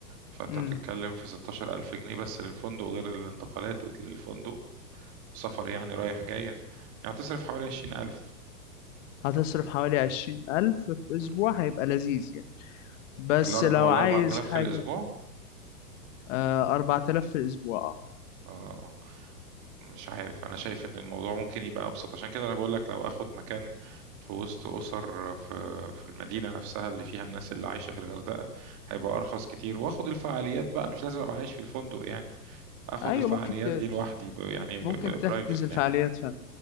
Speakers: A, on the right; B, on the left.
A: فأنت
B: امم
A: بتتكلم في 16000 جنيه بس للفندق غير الانتقالات بت- للفندق سفر يعني رايح جاي يعني تصرف حوالي 20000
B: هتصرف حوالي 20000 في أسبوع
A: مم.
B: هيبقى لذيذ يعني بس
A: الأر-
B: لو
A: ولا
B: عايز
A: 4000
B: حاجة
A: في الأسبوع
B: آه 4000 في الأسبوع
A: آه. مش عارف انا شايف ان الموضوع ممكن يبقى ابسط عشان كده انا بقول لك لو اخد مكان في وسط اسر في في المدينه نفسها اللي فيها الناس اللي عايشه في الغردقه هيبقى ارخص كتير واخد الفعاليات بقى مش لازم ابقى عايش في الفندق يعني اخد
B: اه أيوة
A: الفعاليات
B: ممكن ت... ت-
A: دي لوحدي ب- يعني
B: ممكن تحجز
A: برايفت
B: الفعاليات
A: يعني
B: فعلا